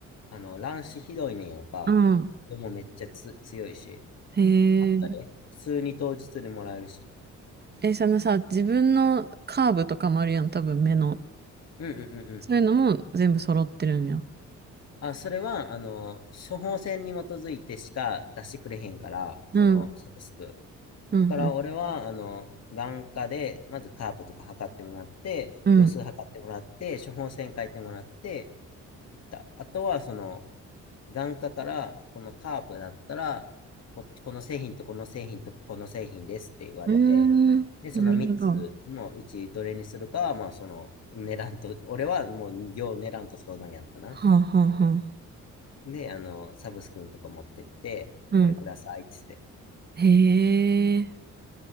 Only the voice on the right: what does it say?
うん。
へ
え。
え、そのさ、自分のカーブとかもあるやん、多分目の
そういうのも全部揃ってるんや。
うん、
うん、
うん、
うん。
うーん、
なるほど。は
あ、はあ、はあ。
うん。
へえ。